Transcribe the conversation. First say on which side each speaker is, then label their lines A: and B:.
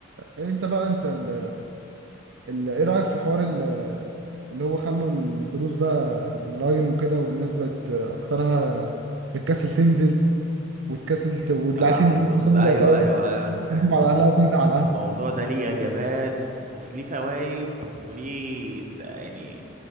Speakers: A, on the right; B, on the right.
A: انت بقى انت ال... ال... ايه رايك في حوار ال... اللي هو خلوا الدروس بقى اونلاين وكده والناس بقت اكترها بتكسل تنزل وتكسل ت... والعيال
B: آه
A: تنزل
B: بص
A: مثلا تقول-
B: ايوه ايوه ايوه انا فاهم
A: تقدم على
B: بص
A: اهلها وتنزل على
B: الموضوع
A: القهوه
B: ده ليه اجابات وفي ليه فوائد وليه س- يعني